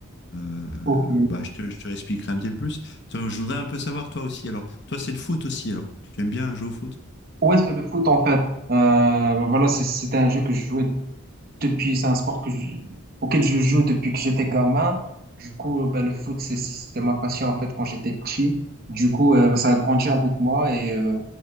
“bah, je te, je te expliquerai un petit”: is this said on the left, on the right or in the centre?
Left